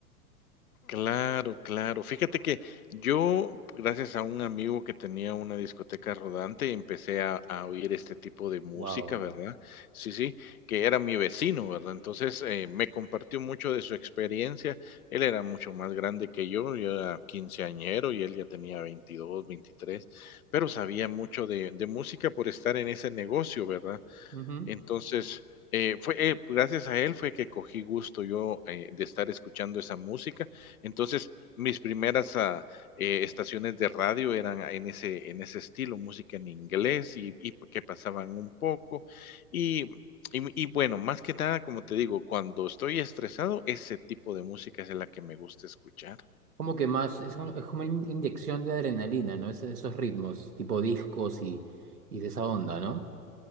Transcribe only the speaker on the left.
Claro, claro. Fíjate que yo, gracias a un amigo que tenía una discoteca rodante, empecé a, a oír este tipo de música,
¿verdad? Sí, sí, que era mi vecino, ¿verdad? Entonces eh, me compartió mucho de su experiencia. Él era mucho más grande que yo, yo era quinceañero y él ya tenía 22, 23, pero sabía mucho de, de música por estar en ese negocio, ¿verdad?
Entonces, eh, fue eh, gracias a él fue que cogí gusto yo eh, de estar escuchando esa música. Entonces, mis primeras ah, eh, estaciones de radio eran en ese, en ese estilo, música en inglés y, y que pasaban un poco. Y, y, y bueno, más que nada, como te digo, cuando estoy estresado, ese tipo de música es la que me gusta escuchar.